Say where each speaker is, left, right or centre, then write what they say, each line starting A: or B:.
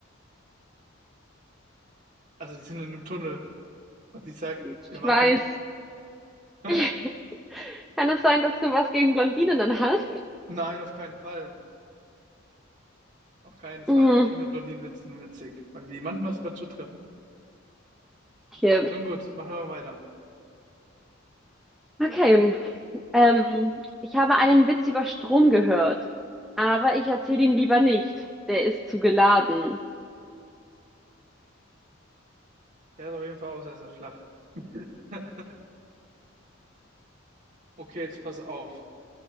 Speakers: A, on the right; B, in the centre.
A: Also sie sind in einem Tunnel und die sagt,
B: Ich
A: wir warten
B: weiß.
A: mit. <laughs>
B: <laughs> Kann es sein, dass du was gegen Blondinen hast?
A: Nein, auf keinen Fall. Auf keinen Fall.
B: Hm,
A: Ich finde Blondinenwitze witzig, weil die manchmal sogar zutreffen.
B: hier.
A: Nun gut, machen wir weiter.
B: Okay. Ähm, ich habe einen Witz über Strom gehört, aber ich erzähle ihn lieber nicht. Der ist zu geladen.
A: Der ist auf jeden Fall auch sehr, sehr flach. <laughs> Okay, jetzt pass auf.